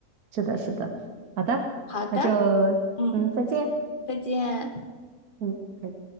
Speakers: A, on the right; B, on the left.
A: 是的，是的，好的，
B: 好的，
A: 那就
B: 嗯，
A: 嗯，再见，
B: 再见。
A: 嗯，可以。